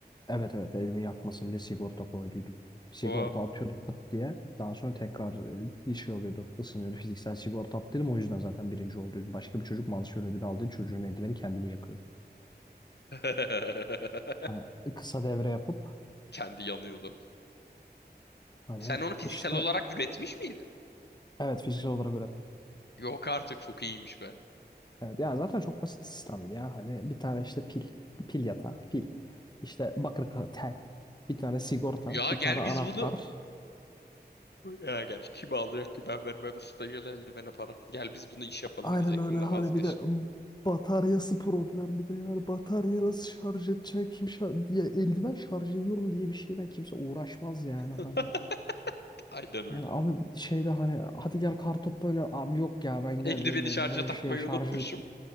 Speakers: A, on the left; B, on the left.
A: Evet evet elimi yakmasın diye sigorta koyduydum. Sigorta
B: O.
A: atıyordu pıt diye. Daha sonra tekrar e, bir şey oluyordu. ısınıyordu. Fiziksel sigorta attıydım. O yüzden zaten birinci olduydum. Başka bir çocuk mansiyon ödülü aldığı çocuğun eldiveni kendini yakıyordu.
B: <laughs>
A: Hani kısa devre yapıp
B: Kendi yanıyordu.
A: hani
B: Sen onu fiziksel
A: işte
B: olarak üretmiş miydin?
A: evet fiziksel olarak ürettim.
B: Yok artık çok iyiymiş be.
A: Evet, ya zaten çok basit sistemdi ya. Hani bir tane işte pil. Pil yatağı. Pil. İşte bakır kağıt tel. Bir tane sigorta.
B: Ya
A: Bir
B: gel
A: tane anahtar.
B: biz bunu Ya gerçi kim alacak ki ben vermem stajyere eldivene para. Gel biz bunu iş yapalım
A: Aynen
B: diyecektim
A: öyle hani
B: de vazgeçtim.
A: bir de bataryası problem bir de yani bataryayı nasıl şarj edecek kim şarj diye eldiven şarj ediyorum diye bir şeyle kimse uğraşmaz yani hani
B: <laughs> Aynen öyle.
A: yani abi şeyde hani hadi gel kartopu böyle abi yok ya ben
B: Eldiveni
A: gel benim eldivenin
B: şarja takmayı
A: şey şarjı
B: unutmuşum.
A: bitti